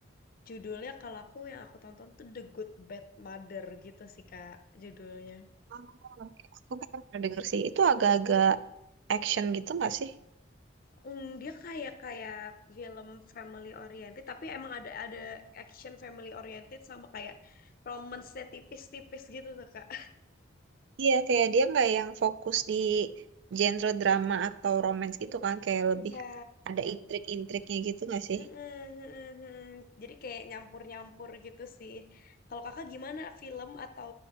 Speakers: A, on the left; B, on the right.
A: Judulnya kalau aku yang aku tonton tuh The Good Bad Mother gitu sih Kak, judulnya.
B: Oh, oke. Aku kan pernah denger sih. Itu agak-agak action gitu nggak sih?
A: Hmm, dia kayak kayak film family oriented, tapi emang ada ada action family oriented sama kayak romance-nya tipis-tipis gitu tuh Kak.
B: Iya, kayak dia nggak yang fokus di genre drama atau romance gitu kan. Kayak lebih
A: Iya,
B: ada intrik-intriknya gitu nggak sih?
A: Heeh, heeh, heeh. Jadi kayak nyampur-nyampur gitu sih. Kalau kakak gimana film atau